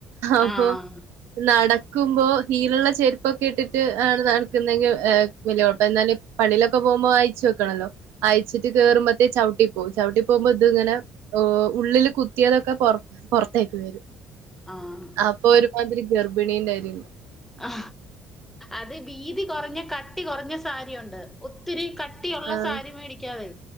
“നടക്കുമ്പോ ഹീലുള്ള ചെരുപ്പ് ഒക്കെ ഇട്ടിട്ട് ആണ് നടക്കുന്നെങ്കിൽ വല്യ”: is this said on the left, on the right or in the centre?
Right